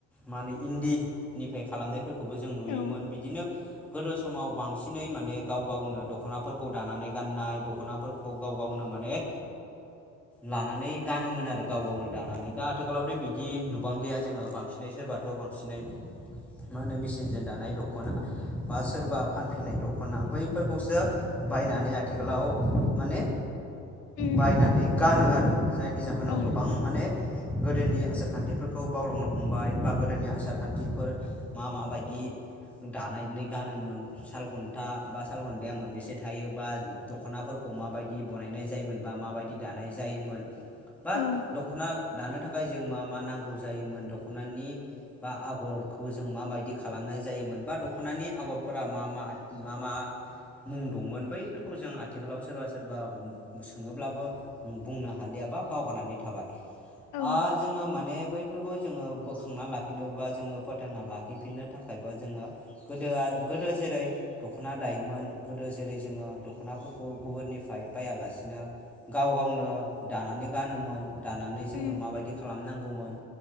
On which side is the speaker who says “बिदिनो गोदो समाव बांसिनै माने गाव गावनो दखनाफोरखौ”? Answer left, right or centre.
Centre